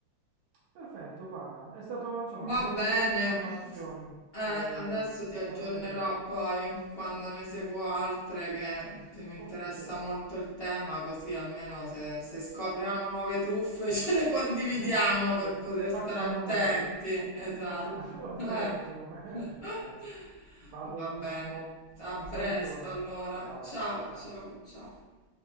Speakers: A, on the right; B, on the left.
A: Perfetto, guarda, è stato, insomma,
B: Va
A: mi ha dato
B: bene,
A: grandi informazioni,
B: Eh,
A: eh,
B: adesso
A: ne
B: ti aggiornerò
A: farò tesoro,
B: poi quando ne seguo altre che se mi interessa
A: con piacere.
B: molto il tema, così almeno se, se scopriamo nuove truffe <laughs> ce le condividiamo
A: Eh,
B: per
A: le, fa-
B: poter
A: le facciamo
B: stare attenti.
A: noi,
B: Esatto.
A: le facciamo- <laughs> oppure
B: Eh.
A: le facciamo noi.
B: <laughs>
A: <laughs> Scherzo, va benissimo.
B: Va bene, a
A: Un
B: presto
A: salutone.
B: allora.
A: Ciao
B: Ciao,
A: Rachele, ciao.
B: ciao, ciao.